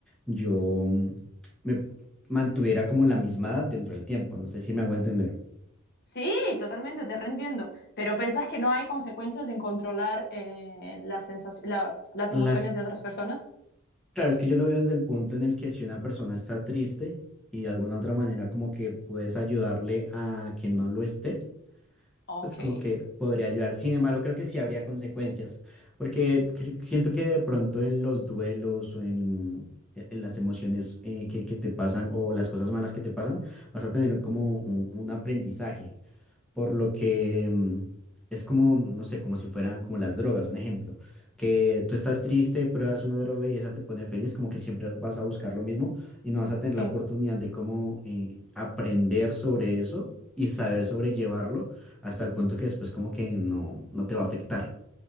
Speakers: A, in the centre; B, on the left.
A: yo mm, me mantuviera como la misma edad dentro del tiempo, no sé si me hago entender.
B: Sí, totalmente, te reentiendo. Pero pensás que no hay consecuencias en controlar eh, las sensaci- la- las
A: Las,
B: emociones de otras personas?
A: claro, es que yo lo veo desde el punto en el que si una persona está triste y de alguna otra manera como que puedes ayudarle a que no lo esté,
B: Ok,
A: pues como que podría ayudar. Sin embargo, creo que sí habría consecuencias, porque cre- siento que de pronto en los duelos o en, en- en las emociones eh, que, que te pasan o las cosas malas que te pasan, vas a tener como un, un aprendizaje por lo que mm, es como, no sé, como si fuera como las drogas, un ejemplo, que tú estás triste, pruebas una droga y esa te pone feliz, como que siempre vas a buscar lo mismo y no vas a tener
B: sí.
A: la oportunidad de cómo eh, aprender sobre eso y saber sobrellevarlo hasta el punto que después como que no, no te va a afectar.